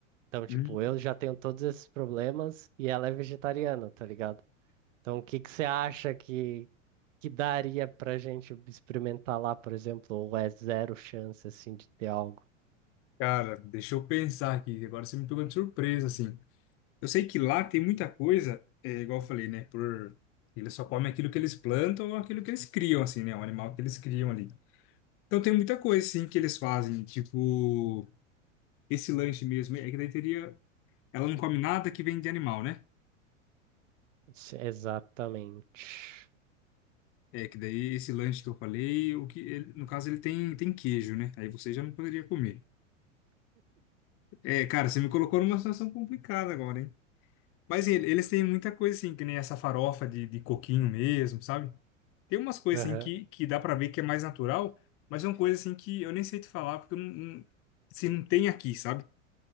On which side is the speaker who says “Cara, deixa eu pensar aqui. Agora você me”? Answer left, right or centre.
Left